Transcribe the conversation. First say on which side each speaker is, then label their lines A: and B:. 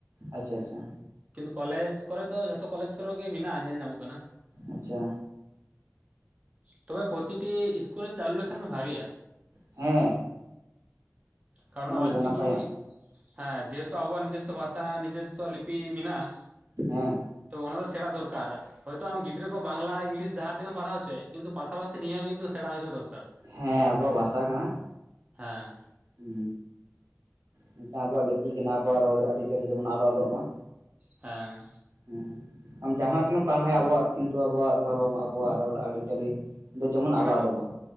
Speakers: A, on the right (about 75°); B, on the right (about 25°).
A: ᱟᱪᱪᱷᱟ ᱟᱪᱪᱷᱟ
B: ᱠᱤᱱᱛᱩ ᱠᱚᱞᱮᱡᱽ ᱠᱚᱨᱮ ᱫᱚ ᱡᱚᱛᱚ ᱠᱚᱞᱮᱡᱽ ᱠᱚᱨᱮ ᱜᱮ ᱢᱮᱱᱟᱜᱼᱟ ᱧᱮᱞ ᱧᱟᱢᱚᱜ ᱠᱟᱱᱟ
A: ᱟᱪᱪᱷᱟ
B: ᱛᱚᱵᱮ ᱯᱨᱚᱛᱴᱤ ᱤᱥᱠᱩᱞᱮ ᱪᱟᱞᱩ ᱞᱮᱠᱷᱟᱱ ᱵᱷᱟᱜᱤᱼᱟ᱾
A: ᱦᱮᱸ
B: ᱠᱟᱨᱚᱱ
A: ᱚᱱᱟ
B: ᱚᱞ
A: ᱫᱚ
B: ᱪᱤᱠᱤ
A: ᱱᱟᱯᱟᱭᱟ
B: ᱦᱮᱸ ᱡᱮᱦᱮᱛᱩ ᱟᱵᱚᱣᱟᱜ ᱱᱤᱡᱮᱥ ᱵᱷᱟᱥᱟ ᱱᱤᱡᱚᱥᱥᱚ ᱞᱤᱯᱤ ᱢᱮᱱᱟᱜᱼᱟ
A: ᱦᱮᱸ
B: ᱛᱚ ᱚᱱᱟ ᱫᱚ ᱥᱮᱬᱟ ᱫᱚᱨᱠᱟᱨᱟ᱾ ᱦᱚᱭᱛᱳ ᱟᱢ ᱜᱤᱫᱽᱨᱟᱹ ᱵᱟᱝᱞᱟ ᱤᱝᱞᱤᱥ ᱡᱟᱦᱟᱸ ᱛᱮᱜᱮᱢᱟ ᱯᱟᱲᱟᱣ ᱦᱚᱪᱚᱭ ᱠᱤᱱᱛᱩ ᱯᱟᱥᱟᱥᱤ ᱱᱤᱭᱟᱹ ᱦᱚᱸ ᱠᱤᱱᱛᱩ ᱥᱮᱬᱟ ᱦᱚᱪᱩ ᱫᱚᱨᱠᱟᱨ
A: ᱦᱮᱸ ᱟᱵᱚᱣᱟᱜ ᱵᱷᱟᱥᱟ ᱠᱟᱱᱟ᱾
B: ᱦᱮᱸ
A: ᱦᱮᱸ ᱢᱤᱫᱴᱟᱝ ᱟᱵᱚᱣᱟᱜ ᱞᱤᱯᱤ ᱠᱟᱱᱟ ᱟᱵᱚᱣᱟᱜ ᱨᱚᱲ ᱟᱹᱨᱤᱪᱟᱹᱞᱤ ᱡᱮᱢᱚᱱ ᱟᱞᱫᱚᱜ ᱢᱟ᱾
B: ᱦᱮᱸ
A: ᱦᱮᱸ ᱟᱢ ᱡᱟᱦᱟᱸ ᱛᱮᱜᱮᱢ ᱯᱟᱲᱦᱟ ᱟᱵᱚᱣᱟᱜ ᱠᱤᱱᱛᱩ ᱟᱵᱚᱣᱟᱜ ᱫᱷᱚᱨᱚᱢ ᱟᱵᱚᱣᱟᱜ ᱨᱚᱲ ᱟᱹᱨᱤᱪᱟᱹᱞᱤ ᱫᱚ ᱡᱮᱢᱚᱱ ᱟᱞᱚ
B: ᱚᱱᱟ
A: ᱟᱫᱚᱜ ᱢᱟ